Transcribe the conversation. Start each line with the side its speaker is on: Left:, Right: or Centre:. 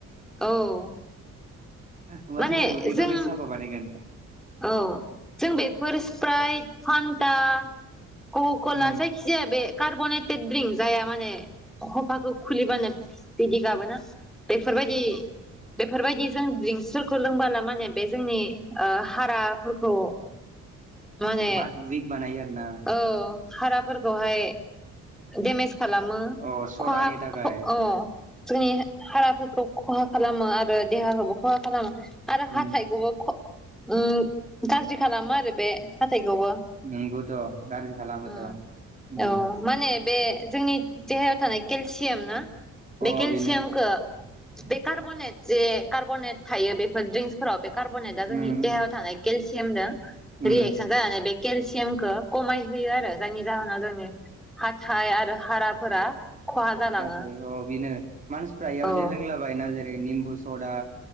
Centre: औ।
Right: आ मा
Centre: माने
Right: जेखो उदिगखौ
Centre: जों
Right: बे साबा बानायगोन।
Centre: औ जों बेफोर स्प्राइट, फान्दा, कहकला
Right: अ
Centre: जायखि। जिया बे कार्बनेटेड द्रिंक जाया माने खफाखौ खुलिबानो। बिदि गाबोना। बेफोरबायदि बेफोरबायदि जों द्रिंकसफोरखौ लोंबानो माने बे जोंनि ओ। हाराफोरखौ। माने
Right: मादुइग बानायो आरो ना।
Centre: औ हाराफोरखौहाय। देमेज खालामो
Right: अ सदानि
Centre: खहा
Right: थाखाय
Centre: ख अ जोंनि हाराफोरखौ खहा खालामो आरो देहाखौबो खहा खालामो आरो
Right: उम
Centre: हाथायखौबो ख उम गाज्रि खालामो आरो बे हाथाइखौबो
Right: नंगौथ' गाज्रि खालामोथ'
Centre: उम
Right: उम
Centre: औ माने बे जोंनि देहायाव थानाय केलसियाम ना बे
Right: अ
Centre: केलसियामखौ
Right: बेनो
Centre: बे कार्ब'नेट जे कार्ब'नेट थायो बेफोर ड्रिंसफोराव बे कार्ब'नेटा
Right: उम
Centre: जोंनि देहायाव थानाय केलसियामजों
Right: उम
Centre: रिएक्सन जानानै बे केलसियामखौ खमाय होयो आरो जायनि जाहोनाव जोंनि हाथाइ आरो हाराफोरा खहा जालाङो
Right: गासै अ बेनो मानसिफोरा एयाव
Centre: औ
Right: जे लोंलाबायना जेरै निम्बु सदा